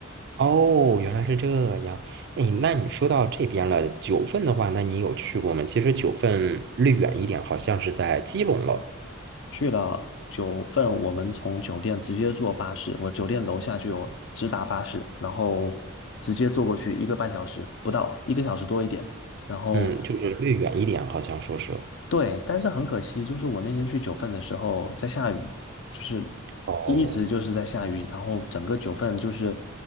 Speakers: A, on the right; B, on the left.
A: 哦，原来是这样。哎，那你说到这边了，九份的话，那你有去过吗？其实九份略远一点，好像是在基隆了。
B: 去了九份，我们从酒店直接坐巴士，我酒店楼下就有直达巴士，然后直接坐过去一个半小时不到，一个小时多一点。然后
A: 嗯，就是略远一点，好像说是。
B: 对，但是很可惜，就是我那天去九份的时候在下雨，就是一直就是在下雨，
A: 哦，
B: 然后整个九份就是